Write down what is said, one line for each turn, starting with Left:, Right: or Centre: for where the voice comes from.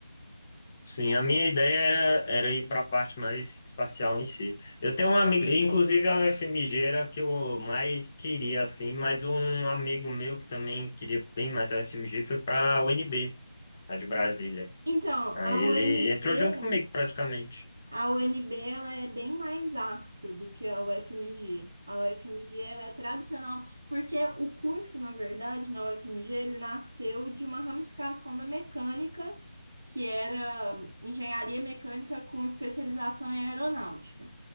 Left: Sim, a minha ideia era, era ir para a parte mais espacial em si. Eu tenho um amigo, inclusive a UFMG era a que eu mais queria, assim, mas um amigo meu que também queria bem mais a UFMG foi para a UNB, a de Brasília.
Right: Então,
Left: Aí
Right: a
Left: ele
Right: UNB
Left: entrou junto comigo, praticamente,
Right: A UNB ela é bem mais astro do que a UFMG. A UFMG ela é tradicional, porque o curso, na verdade, na UFMG, ele nasceu de uma ramificação da mecânica, que era engenharia mecânica com especialização em aeronáutica.